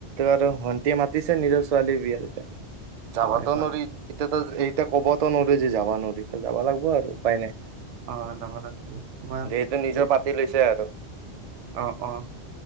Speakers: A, on the right; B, on the right.
A: ভণ্টি মাতিছে নিজৰ ছোৱালীৰ বিয়া এতিয়া যাবতো
B: হয় হয়
A: নৰি এতিয়া ক'বতো নোৱাৰো যে যাবা নোৱাৰি এতিয়া যাব লাগিব আৰু। উপায় নাই
B: অ যাব লাগিব তোমাৰ
A: যিহেতু নিজৰ পাতি লৈছে আৰু।
B: অ', অ'